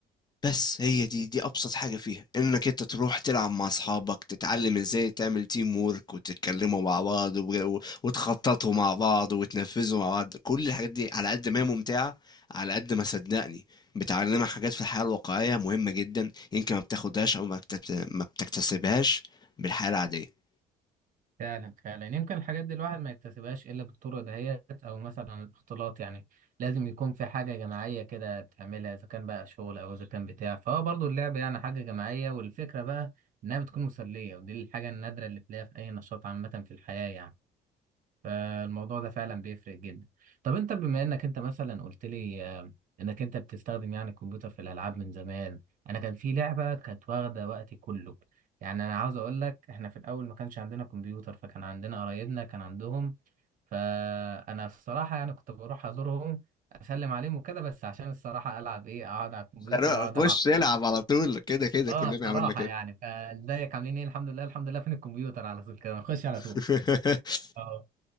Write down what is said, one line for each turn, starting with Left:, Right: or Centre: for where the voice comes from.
Left: بس هي دي دي ابسط حاجة فيها انك انت تروح تلعب مع اصحابك تتعلم ازاي تعمل تيم وورك وتتكلموا مع بعض و- وتخططوا مع بعض وتنفذوا مع بعض كل الحاجات دي على قد ما هي ممتعة على قد ما صدقني بتعلمك حاجات في الحياة الواقعية مهمة جدا يمكن ما بتاخدهاش او ما بتكت- ما بتكتسبهاش بالحياة العادية
Right: فعلا فعلا يمكن الحاجات دي الواحد ما يكتسبهاش إلا بالطرق دهيت أو مثلا الاختلاط يعني لازم يكون في حاجة جماعية كده بتعملها إذا كان بقى شغل أو إذا كان بتاع فهو برضو اللعب يعني حاجة جماعية والفكرة بقى إنها بتكون مسلية ودي الحاجة النادرة اللي تلاقيها في أي نشاط عامة في الحياة يعني فالموضوع ده فعلا بيفرق جدا طب انت بما انك انت مثلا قلت لي آه، انك انت بتستخدم يعني الكمبيوتر في الالعاب من زمان انا كان في لعبه كانت واخده وقتي كله يعني انا عاوز اقول لك احنا في الاول ما كانش عندنا كمبيوتر فكان عندنا قرايبنا كان عندهم فانا الصراحه يعني كنت بروح ازورهم اسلم عليهم وكده بس عشان الصراحه العب ايه اقعد على الكمبيوتر
Left: لا،
Right: واقعد العب
Left: خش العب على طول كده كده
Right: اه
Left: كلنا
Right: الصراحه
Left: عملنا كده
Right: يعني فازيك عاملين ايه الحمد لله الحمد لله فين الكمبيوتر على طول كده نخش على
Left: <laughs>
Right: طول